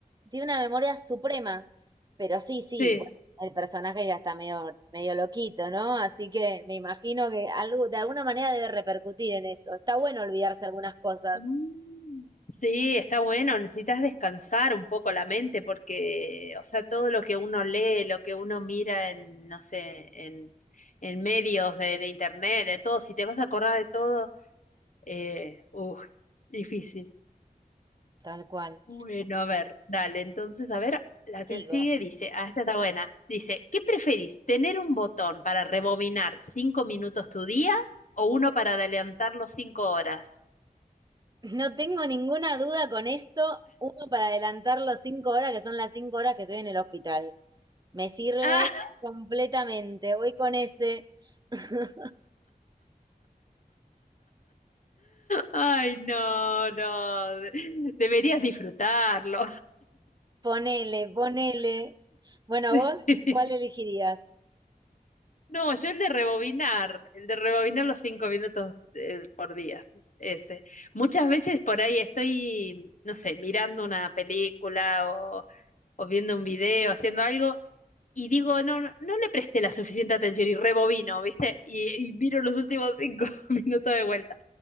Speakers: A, on the right; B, on the left.
A: tiene una memoria suprema, pero sí, sí,
B: sí.
A: bueno, el personaje ya está medio, medio loquito, ¿no? Así que me imagino que algo, de alguna manera debe repercutir en eso. Está bueno olvidarse algunas cosas.
B: Mm. Sí, está bueno, necesitas descansar un poco la mente porque, o sea, todo lo que uno lee, lo que uno mira en, no sé, en, en medios, en internet, de todo, si te vas a acordar de todo, eh, uf, difícil.
A: Tal cual.
B: Bueno, a ver, dale, entonces, a ver, la que
A: Sigo.
B: sigue dice, ah, esta está buena, dice, ¿qué preferís, tener un botón para rebobinar cinco minutos tu día o uno para adelantarlo cinco horas?
A: No tengo ninguna duda con esto. Uno para adelantar los cinco horas, que son las cinco horas que estoy en el hospital. Me sirve
B: Ah,
A: completamente. Voy con ese. <laughs>
B: Ay, no, no. de- Deberías disfrutarlo.
A: Ponele, ponele. Bueno,
B: <laughs>
A: vos, ¿cuál elegirías?
B: No, yo el de rebobinar, el de rebobinar los cinco minutos eh, por día, ese. Muchas veces por ahí estoy, no sé, mirando una película o, o viendo un video, haciendo algo, y digo, no, no, no le presté la suficiente atención y rebobino, ¿viste? Y, y miro los últimos cinco <laughs> minutos de vuelta.